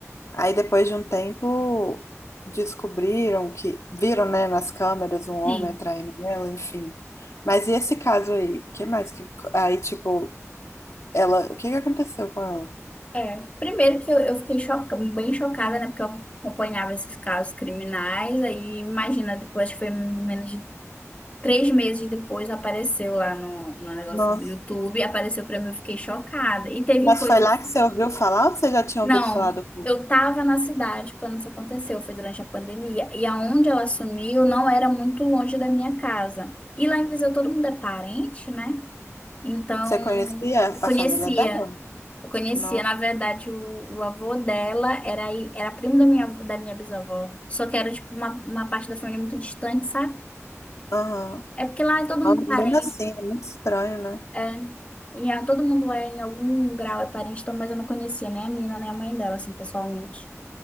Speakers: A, on the left; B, on the left.
A: aí depois de um tempo descobriram que viram, né, nas câmeras um homem
B: Sim.
A: atraindo ela, enfim. Mas e esse caso aí? Que mais que aí tipo, ela, o que que aconteceu com ela?
B: É. Primeiro que eu, eu fiquei choca- bem chocada, né? Porque eu acompanhava esses casos criminais, aí imagina, depois que foi menos de três meses depois, apareceu lá no, no negócio
A: Nossa.
B: do YouTube, apareceu pra mim, eu fiquei chocada. E teve
A: Mas
B: coisas
A: foi lá que você ouviu falar ou você já tinha
B: Não,
A: ouvido falar do
B: eu estava na cidade quando isso aconteceu, foi durante a pandemia. E aonde ela sumiu não era muito longe da minha casa. E lá em Viseu todo mundo é parente, né? Então,
A: Você conhecia a
B: eu conhecia.
A: família dela?
B: Eu conhecia,
A: Nossa.
B: na verdade, o, o avô dela era, aí- era primo da minha, avó- da minha bisavó. Só que era, tipo, uma, uma parte da família muito distante, sabe?
A: Aham.
B: É porque lá é todo
A: Nome
B: mundo parente.
A: mesmo assim, é muito estranho, né?
B: É, e é, todo mundo lá em algum grau é parente, então, mas eu não conhecia nem a menina, nem a mãe dela, assim, pessoalmente.